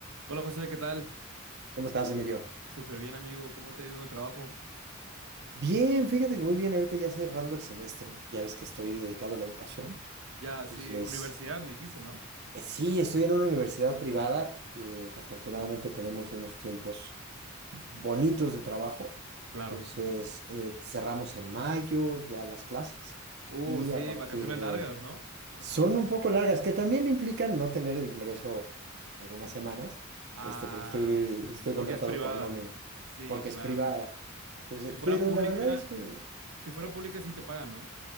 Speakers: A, on the right (about 80°); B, on the right (about 55°).
A: Hola José, ¿qué tal?
B: ¿Cómo estás, Emilio?
A: Súper bien, amigo. ¿Cómo te ha ido en el trabajo?
B: Bien, fíjate que muy bien, ahorita ya cerrando el semestre, ya ves que estoy dedicado a la educación.
A: Ya,
B: Entonces,
A: sí, universidad me dijiste, ¿no?
B: eh, sí, estoy en una universidad privada, eh, que afortunadamente tenemos unos tiempos bonitos de trabajo.
A: Claro.
B: Entonces, eh, cerramos en mayo ya las clases
A: Uh,
B: y
A: sí,
B: a partir
A: vacaciones
B: de,
A: largas, ¿no?
B: Son un poco largas, que también implican no tener ingreso algunas semanas,
A: Ah,
B: este, porque estoy,
A: sí.
B: estoy
A: Porque
B: contratado
A: es privada.
B: por nómina,
A: Sí,
B: porque
A: claro.
B: es privada. Entonces,
A: Si fuera
B: pero
A: pública,
B: la verdad es que
A: si fuera pública sí te pagan, ¿no?